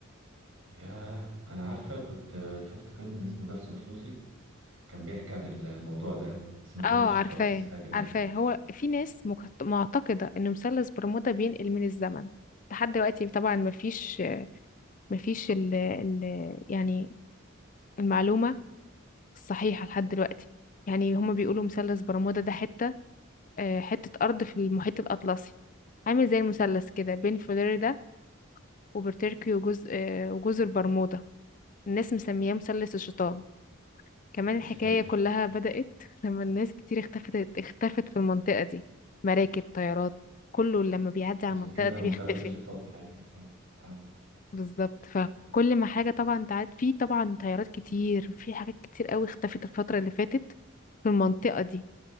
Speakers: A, on the right; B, on the left.
A: ياه انا عارفة كنت آه، شفت فيلم اسمه درس خصوصي كان بيحكي عن الموضوع ده بس ما فهمتش
B: اه عارفاه
A: خالص حاجة منه
B: عارفاه هو في ناس مك- معتقدة ان مثلث برمودا بينقل من الزمن لحد دلوقتي طبعا مفيش مفيش ال ال يعني المعلومة الصحيحة لحد دلوقتي يعني هما بيقولوا مثلث برمودا ده حتة آه، حتة أرض في المحيط الأطلسي عامل زي المثلث كده بين فلوريدا وبورتوريكو وجزء آه، وجزر برمودا الناس مسمياه مثلث الشيطان كمان
A: يا
B: الحكاية
A: ساتر
B: كلها بدأت لما الناس كتير اختفت اختفت في المنطقة دي مراكب طيارات كله لما بيعدي على
A: عشان
B: المنطقة
A: كده
B: دي
A: مثلث
B: بيختفي
A: الشيطان يعني آه، آه.
B: بالظبط فكل ما حاجة طبعا تعد في طبعا طيارات كتير في حاجات كتير قوي اختفت الفترة اللي فاتت في المنطقة دي